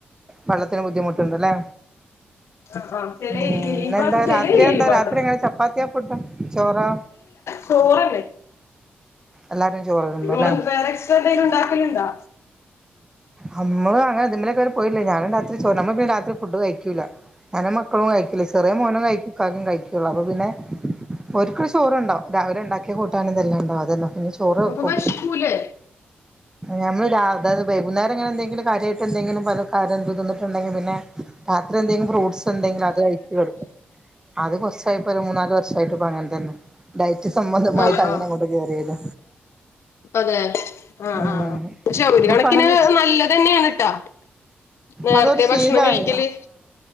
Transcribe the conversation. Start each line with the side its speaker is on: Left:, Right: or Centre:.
Right: വെള്ളത്തിന് ബുദ്ധിമുട്ടുണ്ടല്ലേ
Left: ആഹ് ആഹ് ചെല
Right: ഉം
Left: ഏരിയയില്
Right: ഇന്നെന്താ
Left: ഈ ഭാഗത്ത് ചെല
Right: രാത്രിയാ
Left: ഏരിയയില്
Right: എന്താ
Left: മാത്രം
Right: രാത്രി എങ്ങനെ ചപ്പാത്തിയാ പുട്ടാ ചോറാ
Left: ചോറല്ലെ
Right: എല്ലാരും ചോറ് തിന്നുംല്ലേ
Left: നിങ്ങള് വേറെ എക്സ്ട്രാന്തേലും ഉണ്ടാക്കലുണ്ടാ
Right: നമ്മള് അങ്ങനെ ഇതിലൊരൊക്കെവര് പോയില്ലേ ഞാനും രാത്രി ചോറ് നമ്മള് പിന്നെ രാത്രി ഫുഡ് കഴിക്കൂല്ല. ഞാനും മക്കളും കഴിക്കുല ചെറിയ മോനും കഴിക്കും ഇക്കാക്കേം കഴിക്കുള്ളു അപ്പൊ പിന്നെ ഓര്ക്ക്‌ള്ള ചോറ് ഉണ്ടാവും രാവിലെ ഉണ്ടാക്കിയ കൂട്ടാനും ഇതെല്ലാം ഉണ്ടാവും അതിന്നാ പിന്നെ ചോറ് വെക്കും
Left: അപ്പൊ വെശ്ക്കൂലേ
Right: ഞമ്മൾ രാ അതായത് വൈകുന്നേര ഇങ്ങനെന്തെങ്കിലും കാര്യായിട്ട് എന്തെങ്കിലും പല കാരംന്ത്തിന്നിട്ടണ്ടങ്കി പിന്നെ രാത്രിഎന്തെങ്കിലും ഫ്രൂട്ട്സ് എന്തെങ്കിലും അത് കഴിച്ച് കെടക്കും അത് കുറച്ചായിപ്പോ ഒരു മൂന്നാല് വർഷായിട്ട്പ്പ അങ്ങനെ തന്ന ഡയറ്റ് സംബന്ധമായിട്ട്
Left: ആഹ്
Right: അങ്ങനെ
Left: ആഹ്
Right: അങ്ങോട്ട് കെയർ ചെയ്ത്
Left: അതെ അതെ ആഹ്
Right: ഉം
Left: ആഹ് പക്ഷെ ഒരു
Right: അതിപ്പോ
Left: കണക്കിന്
Right: അങ്ങനെ
Left: നല്ലത് തന്നെയാണ് ട്ടാ നേരത്തെ
Right: അതൊരു ശീലായി
Left: ഭക്ഷണം കഴിക്കല്